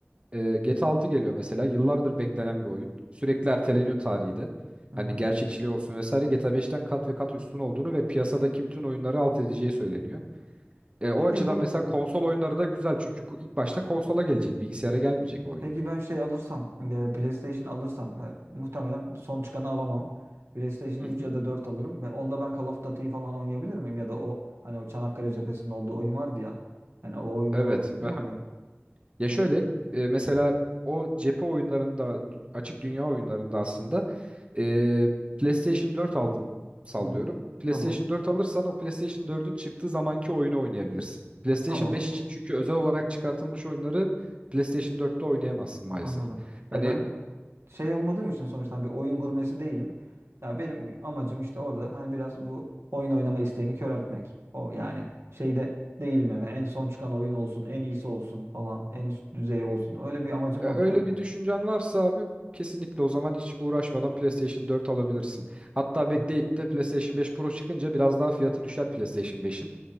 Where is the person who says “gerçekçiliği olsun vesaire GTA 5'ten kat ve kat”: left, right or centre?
Right